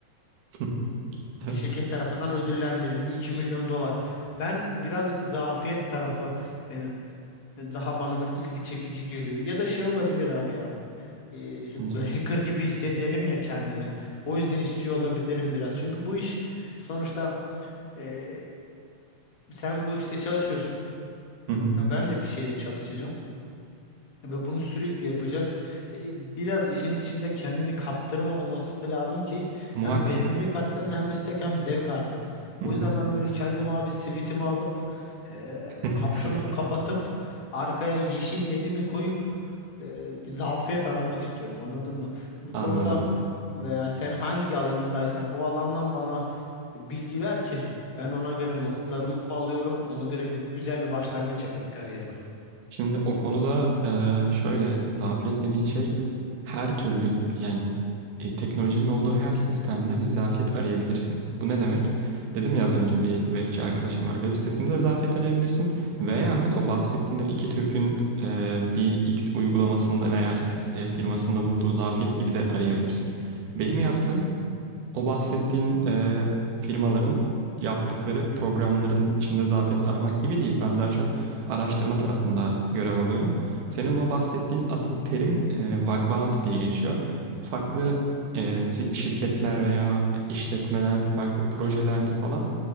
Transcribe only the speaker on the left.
şirket tarafından ödüllendirildi 2 milyon dolar. Ben birazcık zafiyet tarafı benim daha bana böyle ilgi çekici geliyor. Ya da şey olabilir abi ya. e,
böyle hacker gibi hissederim ya kendimi. O yüzden istiyor olabilirim biraz. Çünkü bu iş sonuçta e, sen bu işte çalışıyorsun.
E, Ben de bir şeyde çalışacağım. Ve bunu sürekli yapacağız. E, Biraz işin içinde kendini kaptırma olması lazım ki
hem verimlilik artsın hem istek hem zevk artsın.
O
yüzden ben böyle kendimi abi sivitimi alıp e,
kapşonumu kapatıp arkaya yeşil ledimi koyup e, bir zafiyet aramak istiyorum anladın mı? Bu
konuda veya sen hangi alanındaysan o alandan bana bilgi ver ki ben ona göre notlarımı alıyorum. Ona göre bir güzel bir başlangıç yapayım kariyerime.
Hı
hı,